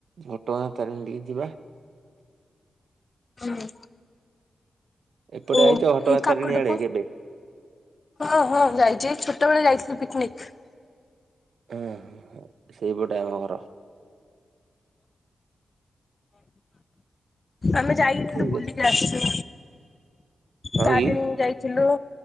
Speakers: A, on the right; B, on the left.
A: ଘଟଗାଁ ତାରିଣୀ ଟିକେ ଯିବା।
B: ହୁଁ।
A: ଏପଟେ
B: ଓ
A: ଆଇଛ
B: ଏଇ
A: ଘଟଗାଁ
B: କାକଟପୁର।
A: ତାରିଣୀ ଆଡେ କେବେ?
B: ହଁ ହଁ ଯାଇଛି ଛୋଟବେଳେ ଯାଇଥିଲି ପିକନିକ୍।
A: ହୁଁ ହୁଁ ହୁଁ ସେଇପଟେ ଆମ ଘର।
B: ଆମେ ଯାଇକି କିନ୍ତୁ
A: ଠିକ୍
B: ବୁଲିକି
A: ଅଛି
B: ଆସିଛୁ।
A: ହଁ
B: ତାରିଣୀ
A: କି
B: ଯାଇଥିଲୁ।